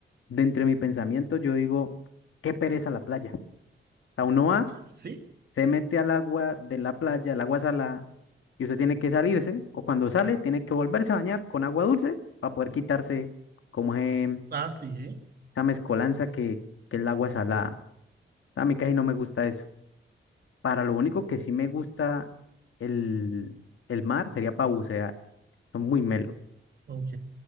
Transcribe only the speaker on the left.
dentro de mi pensamiento yo digo, qué pereza la playa. O sea, uno va,
se mete al agua de la playa, el agua salada, y usted tiene que salirse, o cuando sale, tiene que volverse a bañar con agua dulce para poder quitarse como ese-
esa mezcolanza que, que es el agua salada. A mí casi no me gusta eso. Para lo único que sí me gusta el, el mar sería para bucear, son muy melo.